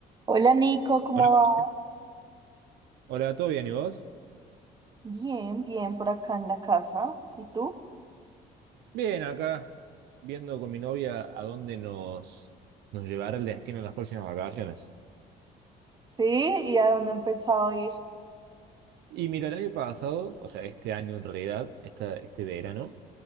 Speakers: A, on the right; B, on the right.
A: Hola Nico, ¿cómo
B: Hola,
A: vas?
B: Jorge. hola, ¿todo bien? ¿Y vos?
A: Bien, bien, por acá en la casa. ¿Y tú?
B: Bien, acá viendo con mi novia a dónde nos, nos llevará el destino en las próximas vacaciones.
A: Sí, ¿y a dónde han pensado ir?
B: Y mira, el año pasado, o sea, este año en realidad, esta, este verano,